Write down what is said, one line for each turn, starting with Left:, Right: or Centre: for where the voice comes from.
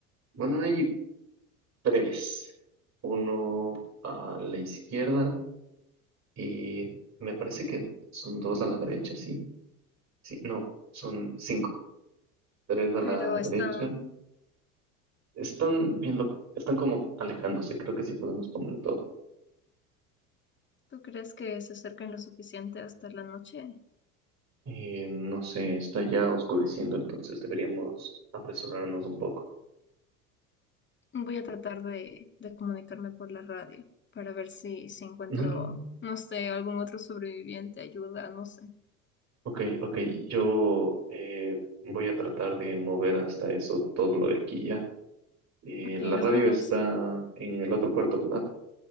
Right: bueno, hay. tres. Uno a la izquierda y me parece que son dos a la derecha, sí. Sí, no, son cinco. Tres a
Left: Pero
Right: la derecha.
Left: están,
Right: Están viendo, están como alejándose, creo que sí podemos poner todo.
Left: ¿tú crees que se acerquen lo suficiente hasta la noche?
Right: Eh, no sé, está ya oscureciendo, entonces deberíamos apresurarnos un poco.
Left: Voy a tratar de, de comunicarme por la radio para ver si, si encuentro,
Right: No, no, no. no.
Left: no sé, algún otro sobreviviente, ayuda, no sé.
Right: Ok, ok, yo eh, voy a tratar de mover hasta eso todo lo de aquí ya. Eh,
Left: Ok,
Right: la
Left: nos
Right: radio
Left: vemos.
Right: está en el otro cuarto, ¿verdad?